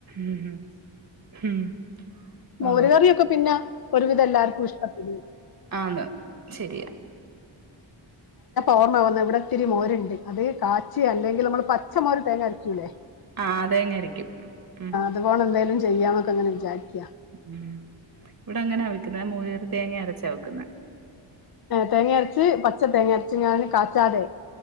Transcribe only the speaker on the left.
മോരുകറിയൊക്കെ
പിന്നാ ഒരുവിധം എല്ലാവർക്കും ഇഷ്ടപ്പെടു
ഓർമ്മവന്ന ഇവിടെ ഇത്തിരി മോരുണ്ട് അത് കാച്ചി അല്ലെങ്കിൽ നമ്മൾ പച്ച മോര് തേങ്ങ അരക്കൂല്ലേ
അതുപോണ എന്തേലും ചെയ്യാന്നൊക്കെ അങ്ങനെ വിചാരിക്കാ
തേങ്ങ അരച്ച് പച്ച തേങ്ങ അരച്ച ഞാന് കാച്ചാതെ